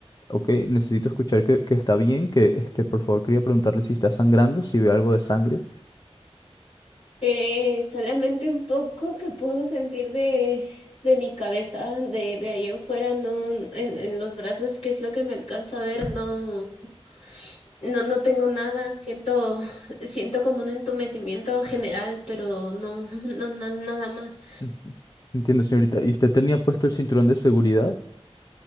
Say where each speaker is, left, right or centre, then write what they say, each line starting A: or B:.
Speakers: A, on the left (about 40°); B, on the left (about 90°).
A: Ok, necesito escuchar que, que está bien, que, este, por favor, quería preguntarle si está sangrando, si ve algo de sangre.
B: Eh, solamente un poco que puedo sentir de, de mi cabeza, de, de ahí en fuera, no, en, en los brazos, que es lo que me alcanzo a ver, no, no, no tengo nada, siento, siento como un entumecimiento general, pero no, no, no, nada más.
A: En- Entiendo, señorita. ¿Y usted tenía puesto el cinturón de seguridad?